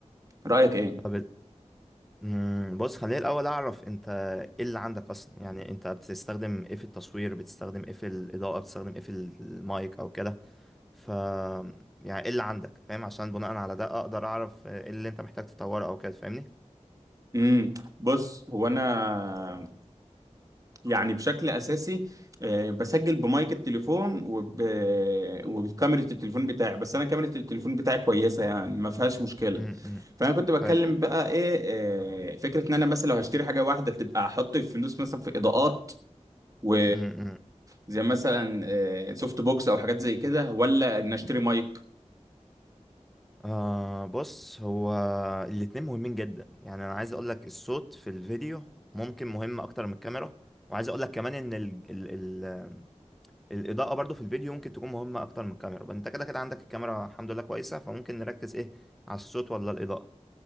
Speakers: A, on the right (about 30°); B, in the centre.
A: رايك ايه
B: طب مم. بص خليني الأول أعرف أنت إيه اللي عندك أصلا يعني أنت بتستخدم إيه في التصوير بتستخدم إيه في الإضاءة بتستخدم إيه في المايك أو كده ف يعني إيه اللي عندك فاهم عشان بناء على ده أقدر أعرف إيه اللي أنت محتاج تطوره أو كده فاهمني
A: امم بص هو انا يعني بشكل اساسي آه، بسجل بمايك التليفون وب... وبكاميرا التليفون بتاعي بس انا كاميرا التليفون بتاعي كويسه يعني ما فيهاش مشكله
B: مم. مم.
A: فانا كنت بتكلم
B: حلو
A: بقى ايه آه، فكره ان انا مثلا لو هشتري حاجه واحده تبقى احط الفلوس مثلا في اضاءات و
B: مم. مم.
A: زي مثلا آه، سوفت بوكس او حاجات زي كده ولا ان اشتري مايك
B: آه بص هو الاتنين مهمين جدا يعني أنا عايز أقول لك الصوت في الفيديو ممكن مهم أكتر من الكاميرا وعايز أقول لك كمان إن ال... ال... ال... الاضاءه برضو في الفيديو ممكن تكون مهمه اكتر من الكاميرا بقى انت كده كده عندك الكاميرا الحمد لله كويسه فممكن نركز ايه على الصوت ولا الاضاءه